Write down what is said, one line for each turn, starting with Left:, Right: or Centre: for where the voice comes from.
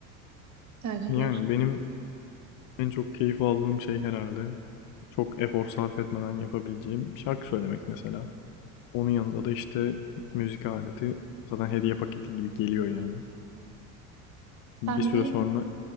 Right: tercihler.
Left: Yani benim En çok keyif aldığım şey herhalde çok efor sarf etmeden yapabileceğim şarkı söylemek mesela. Onun yanında da işte müzik aleti zaten hediye paketi gibi geliyor yani. Bir
Right: Ben
Left: süre
Right: bir de
Left: sonra